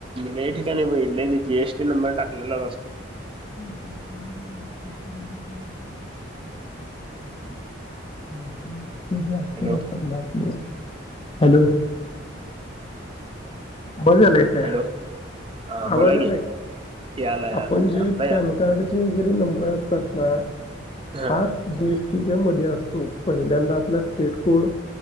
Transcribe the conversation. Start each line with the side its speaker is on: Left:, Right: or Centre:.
Right: लै ठिकाणी बघीतलय जी एस टी नंबर टाकलेला असतो.
Left: <unintelligible> <unintelligible> <unintelligible>
Right: Hello
Left: hello. मजा नाही काय.
Right: हॅलो हा
Left: आवाज
Right: बोला
Left: आलेय
Right: की याला याला
Left: आपण जे
Right: आत्ता या
Left: पॅन कार्डचे वगैरे नंबर <unintelligible>
Right: हा
Left: हात दिस <unintelligible> मध्ये असतो, पहिल्यांदा आपला स्टेट कोड